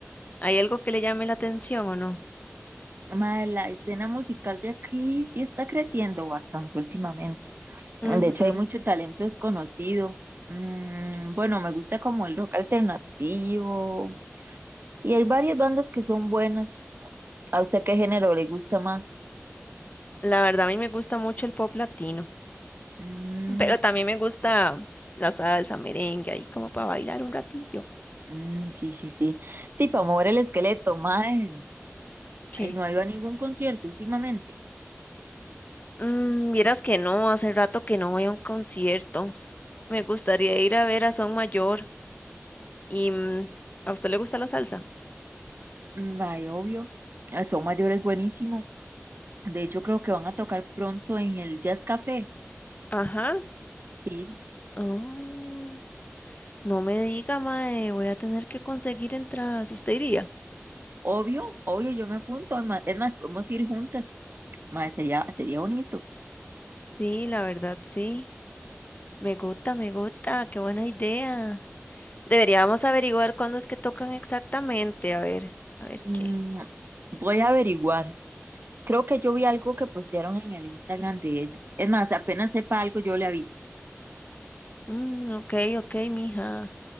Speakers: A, on the left; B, on the right.
A: ¿Hay algo que le llame la atención o no?
B: mae, la escena musical de aquí sí está creciendo bastante últimamente.
A: Ujú.
B: De hecho, hay mucho talento desconocido. Mm, bueno, me gusta como el rock alternativo. Y hay varias bandas que son buenas. ¿A usted qué género le gusta más?
A: La verdad, a mí me gusta mucho el pop latino,
B: Mm,
A: pero también me gusta la salsa, merengue, ahí como para bailar un ratillo.
B: mm, sí, sí, sí. Sí, para mover el esqueleto, mae.
A: ¿Qué?
B: Y no ha ido a ningún concierto últimamente.
A: Mm, vieras que no, hace rato que no voy a un concierto. Me gustaría ir a ver a Son Mayor y mm, ¿a usted le gusta la salsa?
B: Mm, Mae, obvio. Ah, Son mayores buenísimo. De hecho, creo que van a tocar pronto en el Jazz Café.
A: Ajá.
B: Sí,
A: Oh. No me diga, mae, voy a tener que conseguir entradas. ¿Usted iría?
B: obvio, obvio, yo me apunto. ma- Es más, podemos ir juntas. Mae, sería, sería bonito.
A: Sí, la verdad, sí. Me gusta, me gusta, qué buena idea. Deberíamos averiguar cuándo es que tocan exactamente. A ver, a ver
B: Mm,
A: qué.
B: voy a averiguar. Creo que yo vi algo que postearon en el Instagram de ellos. Es más, apenas sepa algo, yo le aviso.
A: Mm, ok, ok, mija.